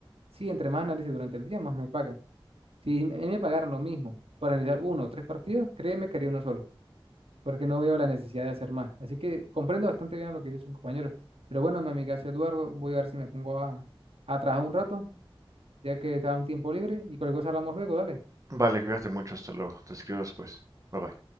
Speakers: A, on the right; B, on the right.
A: Sí, entre más análisis durante el día, más me pagan. Si a mí me pagaran lo mismo por analizar uno o tres partidos, créeme que haría uno solo, porque no veo la necesidad de hacer más. Así que comprendo bastante bien lo que dice su compañero. Pero bueno, mi amigazo Eduardo, voy a ver si me pongo a, a trabajar un rato, ya que está un tiempo libre y cualquier cosa hablamos luego, dale.
B: Vale, cuídate mucho, hasta luego. Te escribo después. Bye bye.